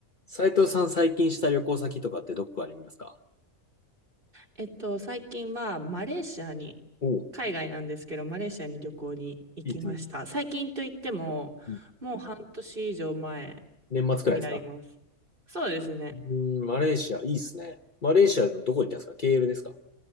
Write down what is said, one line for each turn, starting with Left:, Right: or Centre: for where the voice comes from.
Left: 斉藤さん最近した旅行先とかってどこかありますか
Right: えっと、最近はマレーシアに、
Left: おう
Right: 海外なんですけど、マレーシアに旅行に行きました。
Left: いいですね。
Right: 最近といっても、
Left: うん
Right: もう半年以上前
Left: 年末くらいですかう
Right: になります。そうですね。
Left: ーん、マレーシア、いいっすね。マレーシアのどこ行ったんですかケーエルですか